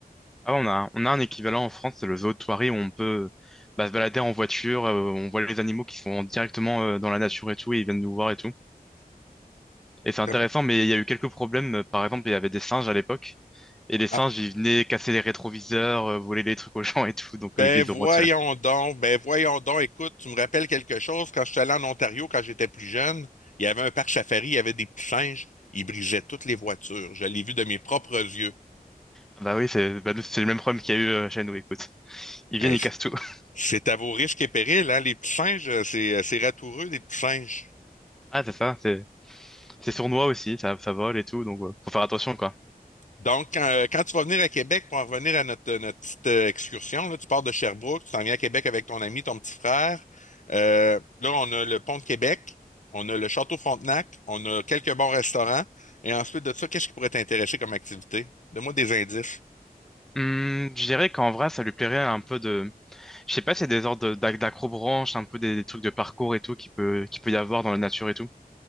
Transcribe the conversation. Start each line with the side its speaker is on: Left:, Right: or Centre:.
Centre: Ah, ouais, on a, on a un équivalent en France, c'est le zoo de Thoiry, où on peut bah, se balader en voiture, euh, on voit les animaux qui sont directement euh, dans la nature et tout, et ils viennent nous voir et tout. Et c'est intéressant,
Left: Comme-
Centre: mais il y a eu quelques problèmes. Par exemple, il y avait des singes à l'époque. Et les singes,
Left: ah,
Centre: ils venaient casser les rétroviseurs, euh, voler les trucs aux gens et tout. Donc,
Left: Ben
Centre: euh, ils les
Left: voyons
Centre: ont retirés.
Left: donc, ben voyons donc, écoute, tu me rappelles quelque chose, quand je suis allé en Ontario, quand j'étais plus jeune, il y avait un parc safari, il y avait des petits singes, ils brisaient toutes les voitures, je l'ai vu de mes propres yeux.
Centre: Ah Bah oui, c'est bah, nous, c'est le même problème qu'il y a eu euh, chez nous, écoute. Ils
Left: Hey,
Centre: viennent, ils cassent tout. <laughs>
Left: c'est à vos risques et périls, hein, les petits singes, euh, c'est euh, c'est ratoureux, les petits singes.
Centre: Ah, c'est ça. C'est c'est sournois aussi. Ça, ça vole et tout. Donc, euh, faut faire attention, quoi.
Left: Donc, quand, euh, quand tu vas venir à Québec, pour en revenir à notre, euh, notre petite euh, excursion, là, tu pars de Sherbrooke, tu t'en viens à Québec avec ton ami, ton petit frère. Euh, là, on a le pont de Québec, on a le Château Frontenac, on a quelques bons restaurants. Et ensuite de ça, qu'est-ce qui pourrait t'intéresser comme activité? Donne-moi des indices.
Centre: Hum, je dirais qu'en vrai, ça lui plairait un peu de... Je sais pas, c'est des ordres d'ac- d'accrobranche, un peu des, des trucs de parcours et tout qui peut, qui peut y avoir dans la nature et tout.